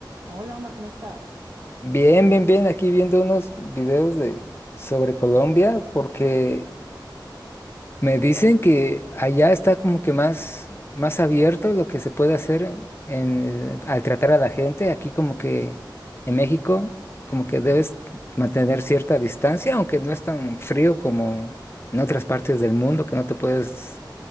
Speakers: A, on the right; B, on the left.
A: Hola Omar, ¿cómo estás?
B: Bien, bien, bien. Aquí viendo unos videos de sobre Colombia porque me dicen que allá está como que más, más abierto lo que se puede hacer en, en, eh, al tratar a la gente. Aquí como que en México como que
A: Ujú.
B: debes mantener cierta distancia, aunque no es tan frío como en otras partes del mundo que no te puedes